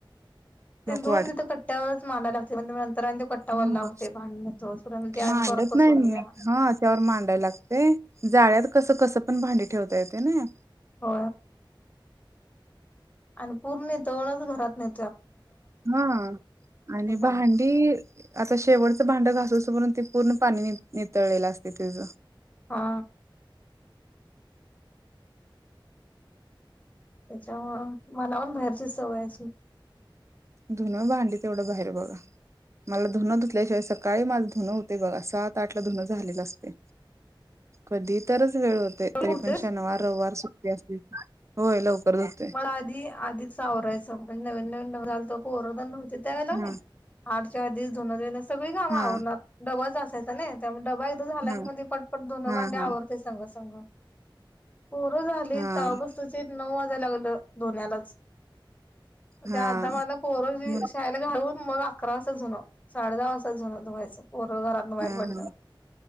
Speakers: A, on the left; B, on the right.
A: ते
B: नको
A: धोन तिथं कट्ट्यावरच मारायला लागते नंतर कट्टा
B: ह
A: वल्ला होते भांडण होतोस परत ते
B: मांडत
A: आणि परत बसवून
B: नाही मी
A: घ्या
B: हा त्यावर मांडायला लागते. ळ्यात कस कस पण भांडी ठेवता येते ना
A: हो, आणि पूर्ण जवणच घरात नय,
B: हा आणि
A: काय.
B: भांडी आता शेवटचं भांड घास अस म्ह ते पूर्ण पाणी नितळलेलं असते तिच
A: हा, त्याच्यामु मला पण बाहेरचीच सवयाची
B: धुन भांडली तेवढं बाहेर बघा मला धुनं धुतल्याशिवाय सकाळी माझं धुनं होते बघा सात आटला धुनं झालेला असते. कधी तरच वेळ होते तरी
A: पुरतेच
B: पण शनिवार रविवार सुट्टी असते होय लवकर धुतोय.
A: मला आधी आधीच सावरायचं म्हणजे नवीन नवीन झालं तर कोर नव्हत त्या वेळे
B: हा
A: आठच्याीस जोन सगळी काम
B: हा
A: आवरणार डबलच असायचं ना त्यामुळेड, एकदा झाला
B: हा
A: कि मग पटपट दोन
B: हा
A: भांडे आवरडते
B: हा
A: संघ संघ. पोरं झाली
B: हा
A: तर बस तचे नऊ वाजयला लागलं धोनलाच
B: हा
A: ते आ माझला पोर
B: मग
A: शाला घाून, मग अकरा वाजत झाणं साडे दहा वाजताात झाण धुवायचं, पोरं घरातन बाहेर
B: हम
A: पडल्यावर.
B: ह